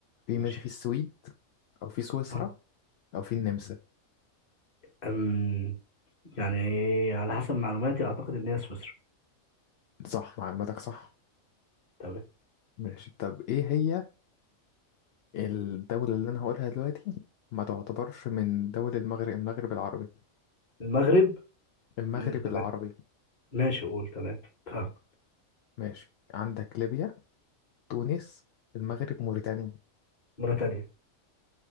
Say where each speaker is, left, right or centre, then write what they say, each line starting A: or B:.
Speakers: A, on the left (about 65°); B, on the left (about 35°).
A: في
B: ماشي
A: ماشي في السويد أو في سويسرا
B: اه
A: أو في النمسا
B: أم يعني على حسب معلوماتي اعتقد ان هي سويسرا
A: صح معلوماتك صح
B: تمام
A: ماشي طب ايه هي الدولة اللي أنا هقولها دلوقتي ما تعتبرش من دول المغرب المغرب العربي
B: المغرب
A: المغرب
B: مم. تمام
A: العربي
B: ماشي قول تمام فاهم
A: ماشي عندك ليبيا تونس المغرب موريتانيا
B: موريتانيا